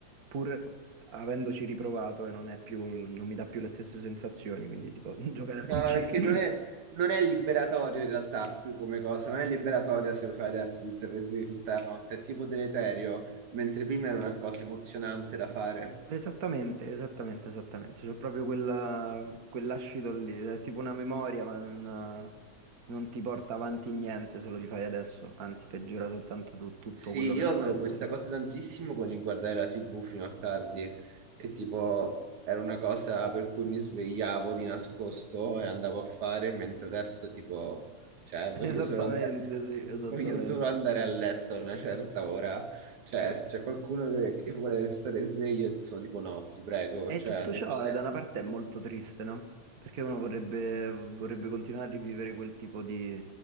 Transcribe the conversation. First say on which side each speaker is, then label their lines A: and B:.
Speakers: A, on the right (about 35°); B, on the right (about 85°).
A: Pur avendoci riprovato e non è più, non mi dà più le stesse sensazioni, quindi tipo <laughs> <clears throat> giocare al
B: No,
A: PC.
B: perché
A: <clears throat>
B: non è, non è liberatorio in realtà più come cosa, non è liberatoria se lo fai adesso di stare svegli tutta la notte, è tipo deleterio, mentre prima era una cosa emozionante da fare.
A: Esattamente, esattamente, esattamente. C'è proprio quella, quell'ascito lì, cioè, è tipo una memoria, ma non, non ti porta avanti niente se lo rifai adesso, anzi peggiora soltanto tu- tutto
B: Sì,
A: quello che
B: io
A: può
B: avevo
A: essere.
B: questa cosa tantissimo con il guardare la TV fino a tardi, che tipo era una cosa per cui mi svegliavo di nascosto e andavo a fare, mentre adesso tipo, cioè,
A: <laughs> Esattamente,
B: voglio solo andare,
A: sì,
B: <laughs>
A: esattamente.
B: voglio solo andare a letto a una certa ora. Cioè, se c'è qualcuno che, che vuole stare sveglio, sono tipo no, ti prego,
A: E
B: cioè
A: tutto
B: andiamo
A: ciò
B: a
A: eh, da
B: letto.
A: una parte è molto triste, no? Perché uno vorrebbe, vorrebbe continuare a rivivere quel tipo di,